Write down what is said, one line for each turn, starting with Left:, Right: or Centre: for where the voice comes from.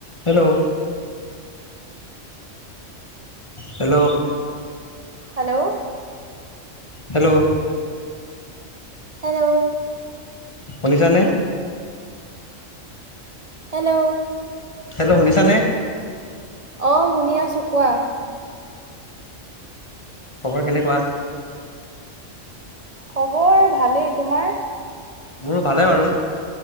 Left: Hello hello
Right: hello
Left: hello
Right: hello
Left: শুনিছা নে
Right: hello
Left: hello শুনিছা নে
Right: অ' শুনি আছো কোৱা।
Left: খবৰ কেনেকুৱা?
Right: খবৰ ভালেই, তোমাৰ?
Left: মোৰো ভালে বাৰু,